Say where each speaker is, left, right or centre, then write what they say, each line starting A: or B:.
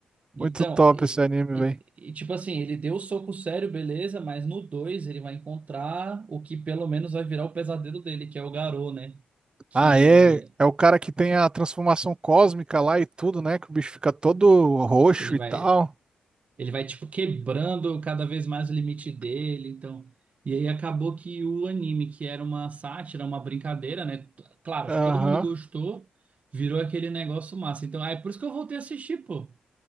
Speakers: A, on the right (about 30°); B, on the right (about 50°).
A: Muito
B: Então,
A: top
B: e,
A: esse anime,
B: e-
A: velho.
B: e, tipo assim, ele deu o soco sério, beleza, mas no 2 ele vai encontrar o que pelo menos vai virar o pesadelo dele, que é o Garou, né? Que.
A: Ah, é, é o cara que tem a transformação cósmica lá e tudo, né? Que o bicho fica todo roxo
B: Ele
A: e
B: vai.
A: tal.
B: Ele vai, tipo, quebrando cada vez mais o limite dele, então... E aí acabou que o anime, que era uma sátira, uma brincadeira, né? T- Claro,
A: Aham.
B: acho que todo mundo gostou, virou aquele negócio massa. Então, aí por isso que eu voltei a assistir, pô.